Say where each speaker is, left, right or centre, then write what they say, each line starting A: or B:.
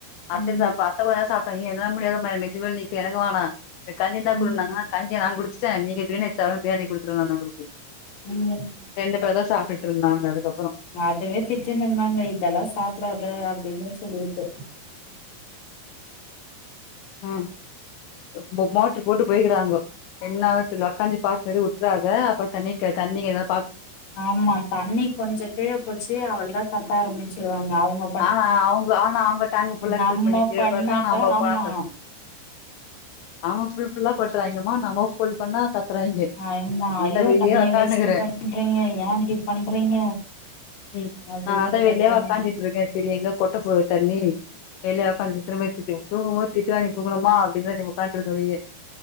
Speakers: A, on the left; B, on the left.
A: அத்த
B: ம்
A: சாப்பா அத்த கொஞ்சோ சாப்ட்டாங்க யோ என்னால முடியாது என்க் நெஞ்சு மேல நிக்கு எனக்கு வாணா எனக்கு கஞ்சி இருந்தா
B: ம்
A: குடுன்னாங்க கஞ்சிய நா குடுச்சிட்டே நீங்க பிரியாணி தரபிரியாணி குடுத்துட நானு அவுங்ளுக்கு
B: ம்
A: ரெண்டு பேர் தா சாப்டுட்டு இருந்தாங்க அதுக்கப்பறோ
B: அதவே திட்டினுந்தாங்க இதெல்லா சாப்புடாத அப்டின்னு சொல்லிட்டு
A: ஹ இப்போ மோட்டரு போட்டு போய்கிறாங்கோ என்னாவு தெர்ல வொக்காஞ்சி பாத்துனுரு வுட்றாத அப்பறஃ தண்ணிக்கு தண்ணிகெதா
B: ஆமா தண்ணி கொஞ்ச கீழே போச்சு அவள்தா கத்த ஆரம்பிச்சிருவாங்க அவுங்க
A: ஆனா அவுங்க ஆனா அவங்க டேங்குபுல்லா
B: நம்ம
A: பிள் பண்ணிட்டாச்சுனா
B: பண்ணாக்கா
A: நம்ப
B: ஆமா
A: போலா <unintelligible> அவங்க புல் புல்லா கொட்டுறாய்ங்கம்மா நமோ புல் பண்ணா கத்துறாய்ங்க
B: ஆம்மா
A: நான்தா
B: அய்யோ
A: வெளியே
B: தண்ணிய
A: ஒக்கானுக்குறே
B: வேஸ்ட் பண்றீங்க ஏன் இப்டி பண்றீங்க
A: உம்
B: அப்டின்ட்டு
A: நாள்த வெளியோ
B: கத்துவாங்க
A: உக்காந்துட்ருக்கே செரி எங்க கொட்ட போது தண்ணி வெளிய வொக்காந்துட்டு திரும்ப சித்தி தூங்கும் போது திட்டு வாங்கிட்டு தூங்கணுமா அப்டின் தா பண்ணரது வழிய